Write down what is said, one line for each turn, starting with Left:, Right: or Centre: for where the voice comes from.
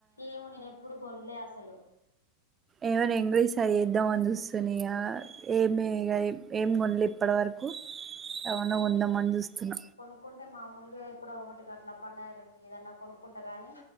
Left: ఏమో నేను ఎప్ ఎప్పుడు కొనులే అసలు
Right: ఏమైనా ఇంగ్లీ సరి చేద్దామ అని చూస్తుని ఇక ఏమి ఇగ ఏం కొనలే ఇప్పటివరకు కు ఏమైనా కొందామని చూస్తున్న
Left: అనుకుంటే మామూలుగా ఎప్పుడో ఒకటి అట్లా పండగాల ఏదన్నా కొనుక్కుంటా కానీ